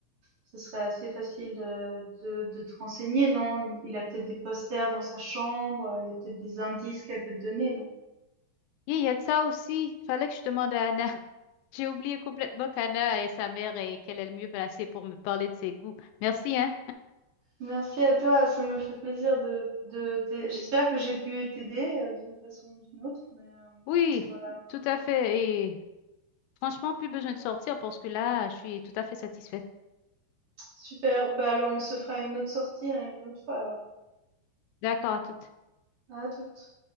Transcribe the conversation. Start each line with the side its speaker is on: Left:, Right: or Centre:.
Right: ce serait assez facile de, de, de te renseigner, non? Il a peut-être des posters dans sa chambre, euh, il y a peut-être des indices qu'elle peut te donner, non?
Left: Et il y a de ça aussi. Il fallait que je demande à Anna. <laughs> J'ai oublié complètement qu'Anna est sa mère et qu'elle est le mieux placée pour me parler de ses goûts. Merci, hein?
Right: Merci à toi, ça me fait plaisir de, de t'aider. J'espère que j'ai pu t'aider euh, d'une façon ou d'une autre, mais euh,
Left: Oui,
Right: voilà, on
Left: tout
Right: va voir.
Left: à fait. Et franchement, plus besoin de sortir parce que là, je suis tout à fait satisfaite.
Right: Super, bah alors on se fera une autre sortie, hein, une autre fois alors.
Left: D'accord à toutes.
Right: À toutes.